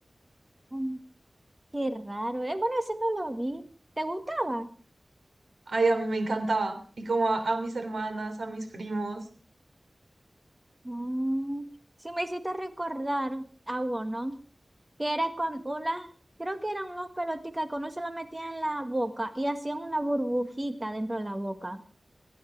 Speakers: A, on the right; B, on the right.
A: Mm, Qué raro. Eh, bueno, ese no lo vi. ¿Te gustaba?
B: Ay, a mí me encantaba. Y como a, a mis hermanas, a mis primos.
A: Mm, sí, me hiciste recordar a uno que era con unas, creo que eran unas pelotitas que uno se la metía en la boca y hacían una burbujita dentro de la boca.